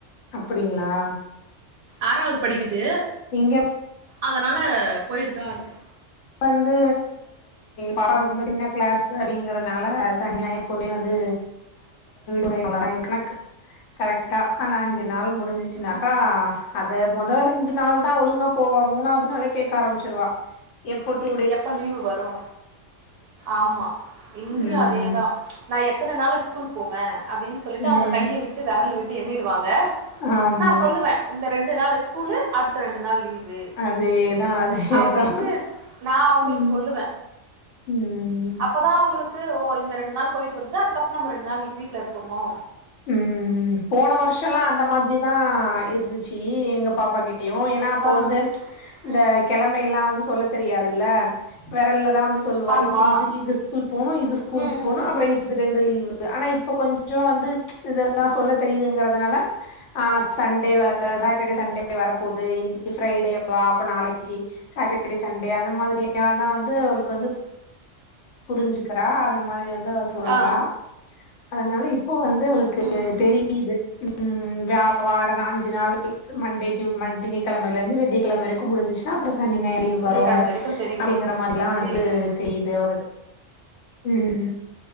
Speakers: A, on the left; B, on the right.
A: அப்படிங்களா
B: ஆறாவது படிக்குது
A: இங்க
B: அதனால போயிட்டு தா இருக்கு
A: வந்து பாப்பா ரொம்ப சின்ன கிளாஸ் அப்படிங்கறதுனால சனி ஞாயிறு எப்போதுமே வந்து <inaudible> கணக் கரெக்டா ஆன அஞ்சு நாள் முடிஞ்சுச்சு னாக்கா
B: ம்ஹ்ம்.
A: அது மொத ரெண்டு நாள் தா ஒழுங்கா போவா மூணாவது நாளே கேக்க ஆரம்பிச்சுருவா எப்போட்டு
B: எப்ப லீவு வரு ஆமா இங்கயு
A: ம்
B: அதேதா நா எத்தன நாள் ஸ்கூல் போவே அப்டின்னு சொல்லிட்டு
A: ம்
B: அவங்க கைய விட்டு விரல விட்டு எண்ணிடுவாங்க
A: ஆமா
B: நா சொல்லுவே இந்த ரெண்டு நாள் ஸ்கூலு அடுத்த ரெண்டு நாள் லீவ் வு
A: அதேதா அதேதா
B: அப்டின்ட்டு நா அவுங்களுக்கு
A: ம்
B: சொல்லுவ
A: ம்
B: அப்ப நா அவுங்களுக்கு ஓ இந்த ரெண்டு நாள் போய்ட்டு வந்துட்டு அதுக்கப்பற நம்ம ரெண்டு நாள் வீட்ல இரு ப்புமோ
A: உம் போன வருஷல்லா அந்த மாத்ரிதா இருந்துச் ச்சு எங்க பாப்பா கிட்டயு ஏன்னா அப்போ
B: ஆ
A: வந்து இந்த
B: ம்
A: கெழமயெல்லா வந்து சொல்ல தெரியாதுல்ல வெரல்லதா வந்து சொல்வா
B: ஆமா
A: இது இது இது ஸ்கூல் போனு இது ஸ்கூல்
B: ம்
A: போனு
B: ம்
A: அப்றொ இது இது ரெண்டு லீவு ஆனா இப்ப கொஞ்ச வந்து இதெல்லா சொல்ல தெரியுதுங்கறதுனால ஆ சண்டே சாட்டர்டே சண்டே வரப்பகுது இன்னக்கி ஃரைடேவா அப்ப நாளக்கி சாட்டர்டே சண்டே அந்த மாதிரியல்லா வந்து அவளுக்கு வந்து புரிஞ்சுக்கிறா அந்த மாரி வந்து அவ சொல்றா
B: ஆ ஆ
A: அதனால இப்போ வந்து அவளுக்கு
B: ம் ம்
A: தெரிய தெரியுது ம் வியா வார அஞ்சு நாள் னு மண்டே திங்க்கெழமைலருந்து வெள்ளிக்கெழமவரைக்கு முடிஞ்சிச்சுன்னா அப்புற சனி ஞாயிறு லீவ்
B: வெள்ளிக்கெழம
A: வரு
B: வரைக்கு தெரியுது
A: அப்டிங்கிற மாரி லா வந்து
B: லீவு
A: தெரியுது அவளுக்கு உம்